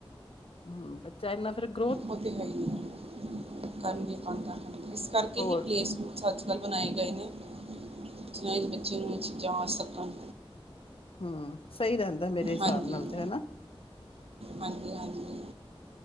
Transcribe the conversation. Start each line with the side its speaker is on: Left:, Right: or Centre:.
Left: ਹੂੰ। <unintelligible>
Right: ਉਹ ਤੇ ਹੈ ਹੀ, ਹੈ। <unintelligible> ਹਨ ਇਸ ਕਰਕੇ
Left: ਹੋਰ
Right: ਹੀ ਪਲੇ ਸਕੂਲ। ਅੱਜ ਕੱਲ ਬਣਾਏ ਗਏ ਨੇ। ਜਿ ਬੱਚੇ ਨੂੰ ਉਸ ਵਿੱਚ ਲੇ ਜਾ ਸਕਣ।
Left: ਹੂੰ, ਸਈ ਰਹਿੰਦਾ ਮੇਰੇ ਹਿਸਾਬ
Right: ਹਾਂਜੀ
Left: ਨਾਲ ਤੇ, ਹਨਾ।
Right: ਹਾਂਜੀ- ਹਾਂਜੀ